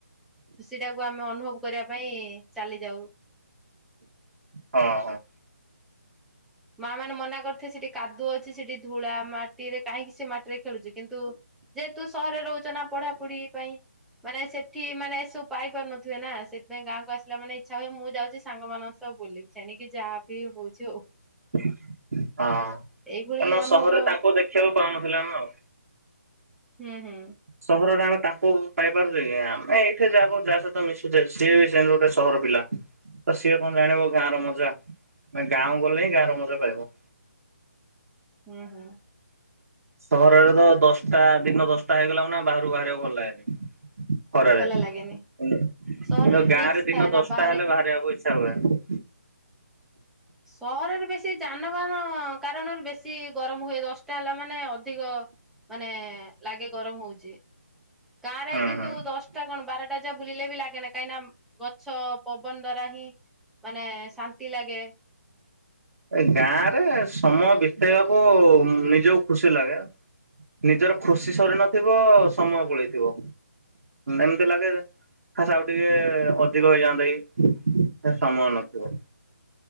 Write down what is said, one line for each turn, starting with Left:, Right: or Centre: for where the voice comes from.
Centre: ଖୁସି ଟାକୁ ଆମେ ଅନୁଭବ କରିବା ପାଇଁ ଚାଲି ଯାଉ।
Right: ହଁ ହଁ।
Centre: ମା ମାନେ ମନା କରୁଥିବେ ସେଠି କାଦୁଅ ଅଛି ସେଠି ଧୂଳା ମାଟିରେ କାହିଁକି ସେ ମାଟିରେ। ଖେଳୁଛୁ କିନ୍ତୁ ଯେହେତୁ ସହରରେ ରହୁଛ ନା ପଢାପଢି ପାଇଁ ମାନେ ସେ ଠି ମାନେ ଏସବୁ ପାଇପାରୁନଥିବେ ନା ସେଥିପାଇଁ ଗାଁକୁ ଆସିଲାନେ ଇଚ୍ଛା ହୁଏ ମୁଁ ଯାଉଛି ସାଙ୍ଗମାନଙ୍କ ସହ ବୁଲିବି ସେଣିକି ଯାହା ବି ହଉଛି ହଉ।
Right: ହଁ କାହିଁକିନା
Centre: ଏଇଭଳି ଅନୁଭବ
Right: ସହରରେ ତାଙ୍କୁ ଦେଖିବାକୁ ପାଉନଥିଲ ଆମେ ଆଉ।
Centre: ହୁଁ ହୁଁ।
Right: ସହରରେ ଆମେ ତାଙ୍କୁ ପାଇପାରୁଛେ କି ଆମେ ଏଇଠି ଯାହାକୁ ଯାହା ସହିତ ମିଶୁଛେ ସିଏ ବି ଗୋଟେ ସହର ପିଲା ତ ସିଏ କଣ ଜାଣିବ ଗାଁର ମଜା। ମାନେ ଗାଁ ଗଲେ ହିଁ ଗାଁର ମଜା ପାଇବ।
Centre: ହୁଁ ହୁଁ।
Right: ସହରରେ ତ ଦଶଟା ଦିନ ଦଶଟା ହେଇଗଲା ମାନେ ବାହାରୁ କୁ ବାହାରିବା ଭଲ ଲାଗେନି। ଖରାରେ
Centre: ଭଲ
Right: କିନ୍ତୁ
Centre: ଲାଗେନି ସହରରେ
Right: ଗାଁ
Centre: ରିକ୍ସ
Right: ରେ ଦିନ
Centre: ଥାଏ ନା
Right: ଦଶଟା
Centre: ବାହାରେ
Right: ହେଲେ ବାହାରିବାକୁ ଇଚ୍ଛା ହୁଏ।
Centre: ସହରରେ ବେଶୀ ଯାନବାହାନ କାରଣରୁ ବେଶୀ ଗରମ ହୁଏ। ଦଶ ଟା ହେଲା ମାନେ ଅଧିକ ମାନେ ଲାଗେ ଗରମ ହଉଚି। ଗାଁରେ
Right: ହୁଁ
Centre: କିନ୍ତୁ
Right: ହୁଁ।
Centre: ଦଶଟା କଣ ବାରଟା ଯାଏ ବୁଲିଲେ ବି ଲାଗେନା କାହିଁକି ନା। ଗଛ ପବନ ଦ୍ଵାରା ହିଁ ମାନେ ଶାନ୍ତି ଲାଗେ।
Right: ଏ ଗାଁ ରେ ସମୟ ବିତେଇବାକୁ ନିଜକୁ ଖୁସି ଲାଗେ। ନିଜର ଖୁସି ସରି ନଥିବ ସମୟ ପଳେଇଥିବ ଏମିତି ଲାଗେ ଯେ। ଖାସ ଆଉ ଟିକେ ଅଧିକ ହେଇଯାଆନ୍ତା କି ସେ ସମୟ ନଥିବ।